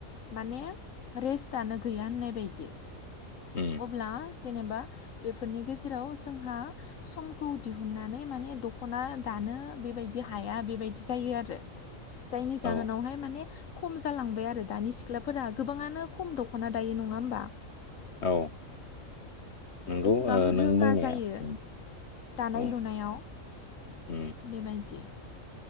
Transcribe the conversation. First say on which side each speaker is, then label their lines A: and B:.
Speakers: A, on the left; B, on the left.
A: माने रेस्टानो गैया होननाय बायदि
B: उम
A: अब्ला जेनेबा बेफोरनि गेजेराव जोंहा समखौ दिहुननानै माने दख'ना दा नो बायदि हाया बेबायदि जायो आरो जायनि
B: औ
A: जाहोनावहाय माने खम जालांबाय आरो दानि सिख्लाफोरा गोबाङानो खम दख'ना दायो नङा होमबा?
B: औ नंगौ
A: एसेबां
B: ओ नों
A: रोङा
B: बुंनाया
A: जायो
B: उम
A: दानाय
B: औ
A: लुनायाव
B: उम
A: बेबायदि